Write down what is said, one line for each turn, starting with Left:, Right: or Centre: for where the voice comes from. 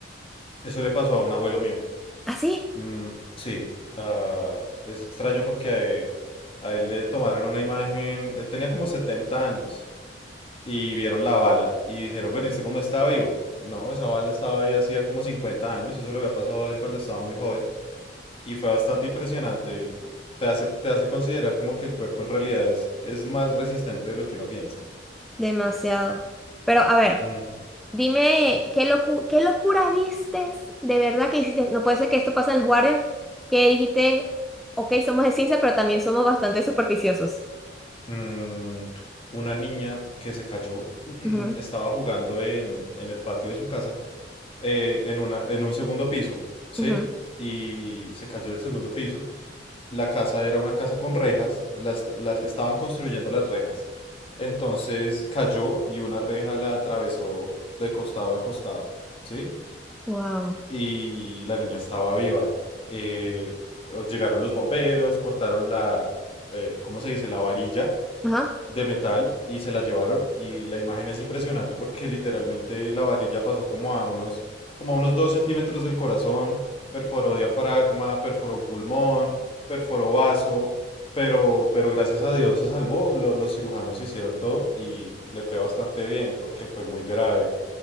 Left: Eso le pasó a un abuelo mío.
Centre: ¿Así?
Left: Mm, sí, ah, es extraño porque a e- a él, le tomaron una imagen, él tenía como 70 años y vieron la bala y dijeron, bueno, ¿y usted cómo está vivo? No, esa bala estaba ahí hacía como 50 años, eso le había pasado a él cuando estaba muy joven y fue bastante impresionante, te hace, te hace considerar como que el cuerpo en realidad es, es más resistente de lo que uno piensa.
Centre: Demasiado. Pero a ver.
Left: Mm,
Centre: Dime, ¿qué locu- qué locura vistes? De verdad que hiciste, no puede ser que esto pase en las guardias, que dijiste, ok, somos de ciencia, pero también somos bastante superficiosos.
Left: mm, una niña que se cayó <clears throat>
Centre: Ujú,
Left: estaba jugando en en el patio de su casa eh, en una, en un segundo piso, ¿sí?
Centre: ujú.
Left: Y se cayó del segundo piso. La casa era una casa con rejas, las, las estaban construyendo las rejas. Entonces cayó y una reja la atravesó de costado a costado, ¿sí?
Centre: Wow.
Left: Y la niña estaba viva. Eh, llegaron los bomberos, cortaron la, eh, ¿cómo se dice? La varilla
Centre: Ajá.
Left: de metal y se las llevaron y la imagen es impresionante porque literalmente la varilla pasó como a unos, como a unos dos centímetros del corazón, perforó diafragma, perforó un pulmón, perforó vaso, pero, pero gracias a Dios se salvó, lo- los cirujanos hicieron todo y le fue bastante bien porque fue muy grave.